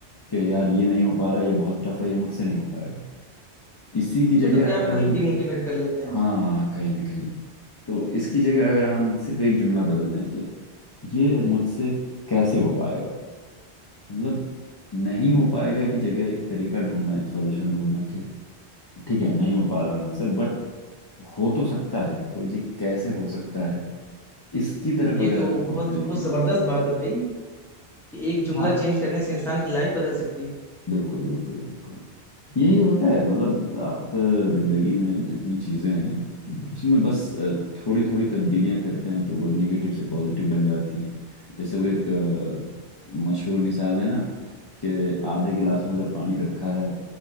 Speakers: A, on the left; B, in the centre.
A: कि यार ये नहीं हो पा रहा ये बहुत टफ है ये मुझसे नहीं हो पाएगा इसी
B: हम
A: की जगह
B: खुद अपने
A: अगर
B: आप को
A: हम
B: ही डिमोटिवेट कर लेते हैं
A: हाँ कहीं ना कहीं तो इसकी जगह अगर हम सिर्फ एक जुमला बदल दें कि ये मुझसे कैसे हो पाएगा मतलब नहीं हो पाएगा की जगह एक तरीका ढूंढना एक सॉल्यूशन ढूंढना कि ठीक है नहीं हो पा रहा मुझसे बट हो तो सकता है तो ये कैसे हो सकता है इसकी तरफ
B: ये
A: अगर
B: तो
A: हम सीखने
B: बहुत
A: लगेंगे
B: बहुत जबरदस्त बात है भाई कि एक जुमला
A: हाँ
B: चेंज करने से इंसान की लाइफ बदल सकती है
A: बिल्कुल बिल्कुल बिल्कुल यही होता है मतलब आप अ, जिंदगी में जितनी चीजें हैं उसमें बस थोड़ी थोड़ी तब्दीलियां करते हैं तो वो नेगेटिव से पॉजिटिव बन जाती हैं जैसे वो एक अ, मशहूर मिसाल है ना कि आधे गिलास में अगर पानी रखा है